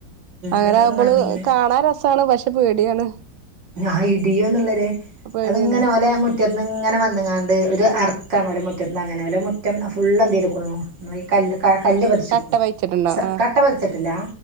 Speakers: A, on the right; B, on the right.
A: അങ്ങനെ
B: കിണർ
A: ആകുമ്പോള്
B: നിറഞ്ഞ്
A: കാണാൻ രസാണ് പക്ഷെ പേടിയാണ്
B: ആ ഇടിയോന്നുള്ളൊരു
A: പേടിയാണ്
B: അത്ങ്ങനെ ഒലെ മു മുറ്റത്ത്നിന്ന് ഇങ്ങനെ വന്നങ്ങാണ്ട് ഒരു അറക്കാണോ മുറ്റന്ന് അങ്ങനെ മുറ്റം ഫുൾ എന്ത് ചെയ്തുടുക്കുന്നുോ നമ്മ ഈ കല്ല് കല്ല് പതിച്ചക്കും
A: കട്ട പയിച്ചിട്ടുണ്ടോ
B: സ
A: ആഹ്
B: കട്ട പതിച്ചിട്ടില്ല